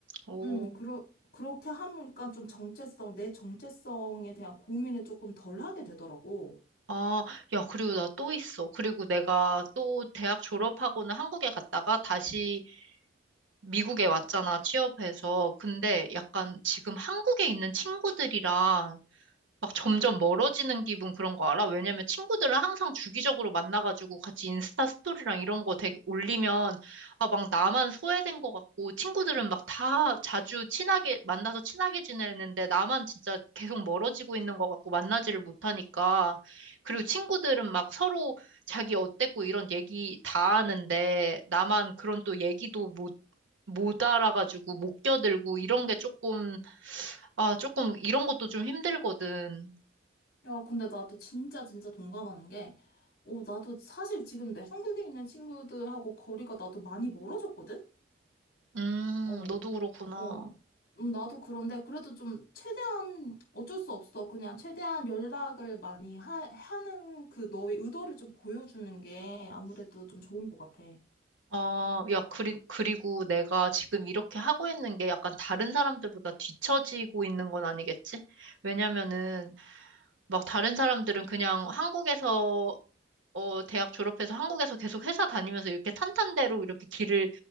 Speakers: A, on the right; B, on the left.
A: 오.
B: 음, 그러, 그렇게 하니까 좀 정체성, 내 정체성에 대한 고민을 조금 덜 하게 되더라고.
A: 아, 야, 그리고 나 또 있어. 그리고 내가 또 대학 졸업하고는 한국에 갔다가 다시 미국에 왔잖아, 취업해서. 근데 약간 지금 한국에 있는 친구들이랑 막 점점 멀어지는 기분 그런 거 알아? 왜냐면 친구들은 항상 주기적으로 만나가지고 같이 인스타 스토리랑 이런 거 되게 올리면 아, 막 나만 소외된 것 같고 친구들은 막 다 자주 친하게 만나서 친하게 지내는데 나만 진짜 계속 멀어지고 있는 것 같고 만나지를 못하니까 그리고 친구들은 막 서로 자기 어땠고 이런 얘기 다 하는데 나만 그런 또 얘기도 못 못 알아가지고 못 껴들고 이런 게 조금 아 조금 이런 것도 좀 힘들거든.
B: 야, 근데 나도 진짜 진짜 동감하는 게, 어, 나도 사실 지금 내 한국에 있는 친구들하고 거리가 나도 많이 멀어졌거든?
A: 음,
B: 어,
A: 너도 그렇구나.
B: 어. 음, 나도 그런데 그래도 좀 최대한 어쩔 수 없어. 그냥 최대한 연락을 많이 하, 하는 그 너의 의도를 좀 보여주는 게 아무래도 좀 좋은 것 같아.
A: 아, 야, 그리, 그리고 내가 지금 이렇게 하고 있는 게 약간 다른 사람들보다 뒤처지고 있는 건 아니겠지? 왜냐면은, 막 다른 사람들은 그냥 한국에서, 어, 대학 졸업해서 한국에서 계속 회사 다니면서 이렇게 탄탄대로 이렇게 길을,